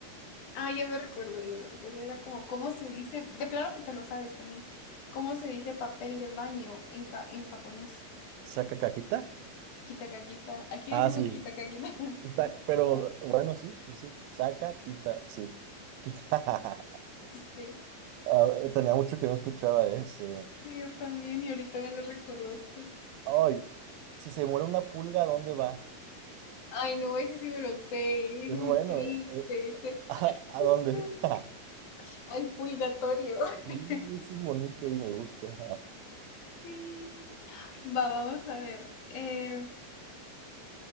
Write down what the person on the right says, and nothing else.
¿Saca caquita?
Ah,
sí.
Quita, pero
bueno, sí, sí, sí, saca, quita, sí, quita. <laughs>
A ver, tenía mucho que no escuchaba ese.
Ay, si se muere una pulga, ¿a dónde va?
Es
bueno,
eh,
<laughs> ¿a, a dónde?
<laughs>
Y
eso es bonito y me gusta.